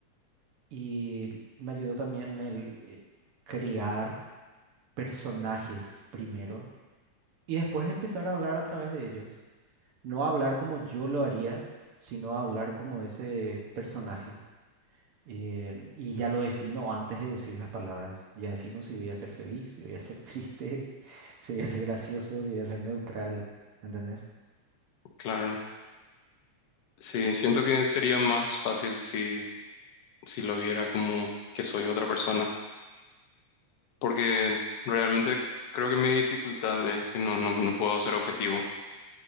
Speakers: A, on the right; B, on the left.
A: y me ayudó también el eh, crear personajes primero y después empezar a hablar a través de ellos. No hablar como yo lo haría, sino hablar como ese personaje. Eh, y ya lo defino antes de decir las palabras. Ya defino si voy a ser feliz, si voy a ser triste, <laughs> si voy a ser gracioso, si voy a ser neutral. ¿Entendés?
B: claro. Sí, siento que sería más fácil si, si lo viera como que soy otra persona, porque realmente creo que mi dificultad es que no, no, no puedo ser objetivo,